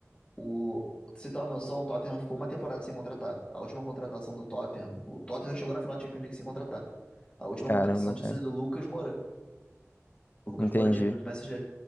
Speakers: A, on the left (about 20°); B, on the left (about 40°).
A: O, pra você ter uma noção, o Tottenham ficou uma temporada sem contratar. A última contratação do Tottenham, o Tottenham chegou na final da Champions League sem contratar. A última
B: Caramba,
A: contratação tinha
B: cara.
A: sido do Lucas Moura. O Lucas
B: Entendi.
A: Moura tinha vindo do PSG.